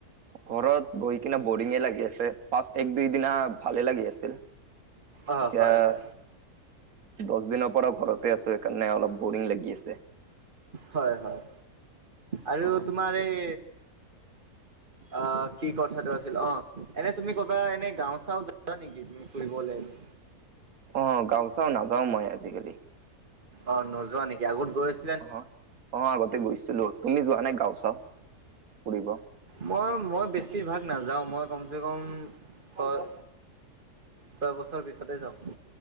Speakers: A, on the right; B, on the right.
A: ঘৰত বহি কিনে বৰিঙে লাগি আছে ফাৰ্ষ্ট এক দুই দিনা ভালে লাগি আছিল।
B: অ
A: এতিয়া
B: হয় হয়।
A: দছ দিনৰ পৰা ঘৰতে আছো সেইকাৰণে অলপ বৰিং লাগি আছে।
B: হয় হয় আৰু
A: অ
B: তোমাৰ এই। অ' কি কথাটো আছিল অ এনে তুমি ক'বা এনে গাও চাও যাবা নেকি তুমি। ফুৰিবলে এনে
A: অ' গাও চাওঁ নাযাওঁ মই আজিকালি।
B: অ' নোযোৱা নিকি আগত গৈছ
A: অ অ আগতে গৈছিলো। তুমি যোৱা নাই গাও চাও ফুৰিব?
B: মই মই বেছিভাগ নাযাওঁ মই কমচে কম ছয় ছয় বছৰ পিছতে যাওঁ।